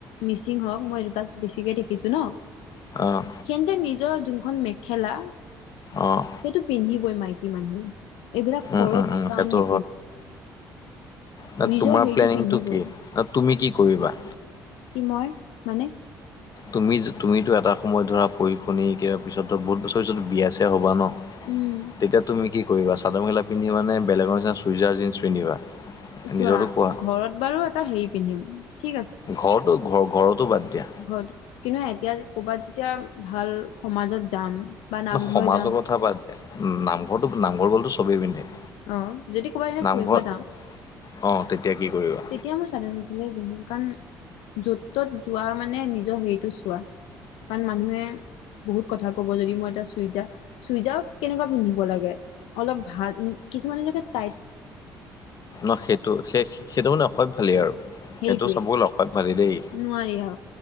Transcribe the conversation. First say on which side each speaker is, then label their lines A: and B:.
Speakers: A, on the left; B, on the left.
A: মিচিং হওক মই দুটাত বেছিকৈ দেখিছোঁ ন
B: অ
A: সন্তে নিজৰ যোনখন মেখেলা
B: অঁ
A: সেইটো পিন্ধিবই মাইকী মানুহে এইবিলাক ফৰক
B: উম উম উম
A: কাৰণ
B: সেইটো
A: নি
B: ন
A: নিজৰ
B: তোমাৰ
A: হেৰিটো
B: প্লেনিংটো
A: পিন্ধিবই
B: কি ন তুমি কি কৰিবা।
A: কি মই মানে
B: তুমি যে তুমিতো এটা সময়ত ধৰা পৰি শুনি কাৰ পিছত ধৰা বহুত বছৰ পিছত বিয়া চিয়া হবা ন।
A: উম!
B: তেতিয়া তুমি কি কৰিবা চাদৰ মখেলা পিন্ধিবানে বেলেগৰ নিচিনা চুইজাৰ জীন্স পিন্ধিবা
A: চোৱা
B: নিজৰতো কোৱা।
A: ঘৰত বাৰু এটা হেৰি পিন্ধিম ঠিক
B: ঘৰতো ঘ ঘৰতো বাদ দিয়া।
A: ঘ কিন্তু এতিয়া ক'ৰবাত যেতিয়া ভাল সমাজত যাম। বা নামঘৰ
B: ন সমাজৰ
A: যাম
B: কথা বাদ দে নামঘৰটো নামঘৰ গ'লতো চবেই পিন্ধে
A: অ যদি কবা দিনে
B: নামঘৰত
A: ফুৰিব যাওঁ।
B: অ তেতিয়া কি কৰিবা
A: এতিয়া মই চাদৰ মেখেলাই পিন্ধিম কাৰণ য'ত ত'ত যোৱা মানে নিজৰ হেৰিটো চোৱা কাৰণ মানুহে বহুত কথা কব যদি মই এটা চুইজা চুইজা কেনেকুৱা পিন্ধিব লাগে। অলপ ভাল কিছুমানে জেগাত তাইত
B: ন সেইটো সেই সেইটো মানে অসভ ভালেই আৰু
A: সেইটোৱে
B: সেইটো চাব গ'লে অসভ্য ভালেই দেই
A: নোৱাৰি আ